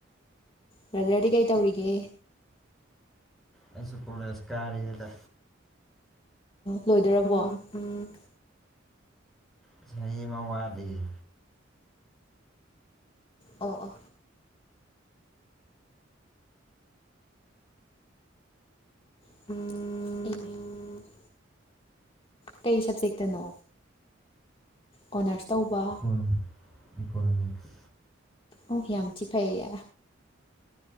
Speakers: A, on the left; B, in the centre.
A: ꯕ꯭ꯔꯗꯔꯗꯤ ꯀꯩ ꯇꯧꯔꯤꯒꯦ
B: ꯑꯩꯁꯨ ꯀꯣꯂꯦꯁ ꯀꯌꯦꯗ
A: ꯂꯣꯏꯗꯣꯏꯔꯕꯣ ꯎꯝ
B: <unintelligible> ꯃꯥꯗꯤ
A: ꯑꯣ ꯑꯣ ꯎ ꯀꯩ ꯁꯞꯖꯦꯛꯇꯅꯣ ꯑꯣꯅꯔꯁ ꯇꯧꯕ
B: ꯎꯝ ꯢꯀꯣꯅꯣꯃꯤꯛꯁ
A: ꯑꯣ ꯌꯥꯝ ꯊꯤ ꯐꯩꯏ